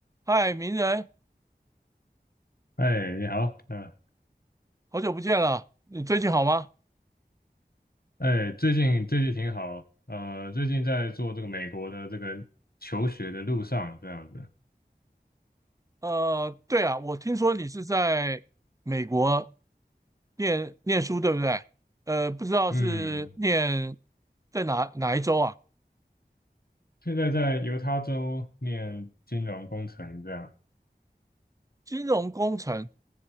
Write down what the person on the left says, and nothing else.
哎，你好，嗯、
哎，最近最近挺好，呃，最近在做这个美国的这个求学的路上，这样子，
嗯，
现在在犹他州念金融工程，这样，